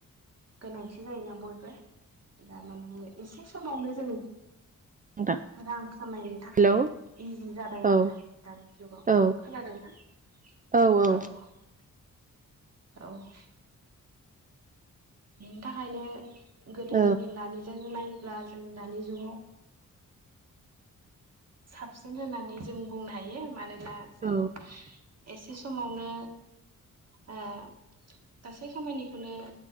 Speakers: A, on the right (about 50°); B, on the right (about 25°).
A: गोनांथि जायोना बयबो दामाने एसे समावनो जों
B: नोंथां
A: रां खामायनो थाखाय
B: हेलौ
A: इजि जादों
B: औ
A: आरो दा खोनादोंना?
B: औ
A: औ
B: औ ओ
A: औ बेनि थाखायनो गोदोनि
B: औ
A: जेंनानि जों नायोब्ला जों दानि जुगाव साबसिन होननानै जों बुंनो हाय यो मोना जों
B: औ
A: एसे समावनो ओ गासै खामानि खौनो